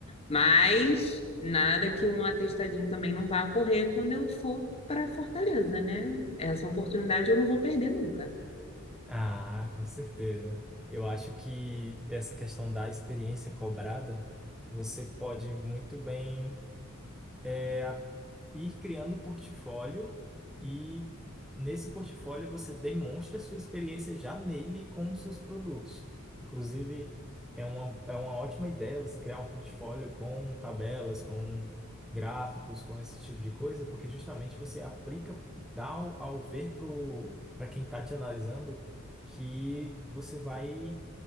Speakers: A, on the left; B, in the centre.
A: Mas nada que um atestadinho também não vá ocorrer quando eu for para Fortaleza, né? Essa oportunidade eu não vou perder nunca.
B: Ah, com certeza. Eu acho que essa questão da experiência cobrada, você pode muito bem é a- ir criando portfólio e nesse portfólio você demonstra a sua experiência já nele com os seus produtos. Inclusive, é uma, é uma ótima ideia você criar um portfólio com tabelas, com gráficos, com esse tipo de coisa, porque justamente você aplica, dá ao, ao ver para quem está te analisando que você vai